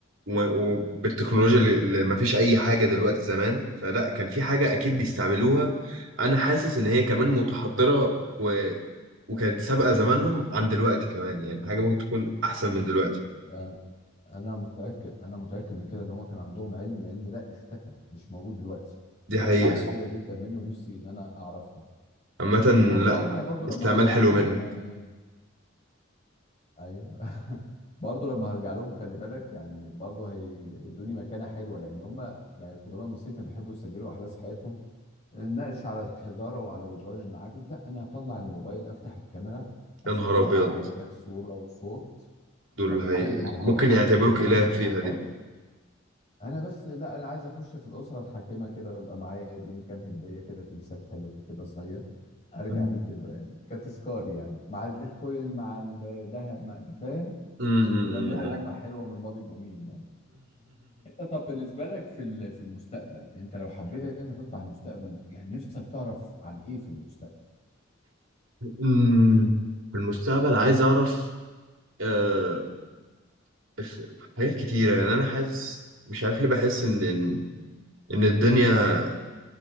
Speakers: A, on the right; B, on the left.
A: و... وبالتكنولوجيا اللي اللي ما فيش اي حاجه دلوقتي زمان فلا كان في حاجه اكيد
B: بالظبط
A: بيستعملوها انا حاسس ان هي كمان متحضره و... وكانت سابقه زمانهم عن دلوقتي كمان يعني حاجه ممكن تكون احسن من دلوقتي
B: ده انا متاكد انا متاكد من كده ان هما كان عندهم علم العلم ده اختفى مش موجود دلوقتي
A: دي
B: في
A: حقيقة
B: اسرار كتيره جدا منه نفسي ان انا اعرفها
A: عامة
B: النقطه
A: لا
B: التانيه برضو لما
A: استعمال
B: هرجع
A: حلو
B: لهم
A: منك
B: يعني ايوه <laughs> برضه لما هرجع لهم خلي بالك يعني برضه هي- هيدوني مكانه حلوه لان هم يعني القدماء المصريين كانوا بيحبوا يسجلوا احداث حياتهم نناقش على الحجاره وعلى جدران المعابد لا انا اطلع الموبايل افتح الكاميرا اسجل
A: يا نهار أبيض
B: لك حياتك صوره وصوت انت
A: دول
B: متخيل
A: هي
B: الانبهار
A: ممكن يعتبروك
B: هينبهر
A: إله
B: وانبهار
A: فيها دي
B: انا بس لا انا عايز اخش في الاسره الحاكمه كده ويبقى معايا يدوني كام هديه كده تمثال حلو كده صغير ارجع
A: م-
B: بيه كده يعني كتذكار يعني مع البيتكوين مع الذهب مع انت فاهم
A: م-
B: لمينا
A: م-
B: لمة حلوة من الماضي الجميل يعني انت طب بالنسبة لك في ال- في المستقبل انت لو حبيت ان انت تطلع المستقبل يعني نفسك تعرف عن ايه في المستقبل
A: م. <laughs> في المستقبل عايز أعرف آه، ف- حاجات كتيرة يعني أنا حاسس مش عارف ليه بحس إن إن إن الدنيا